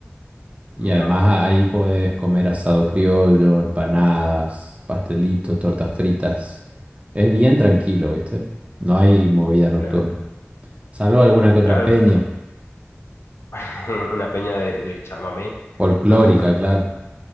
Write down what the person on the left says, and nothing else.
Mira,
claro.
Claro,
<laughs> una peña de, de chamamé,
me gusta.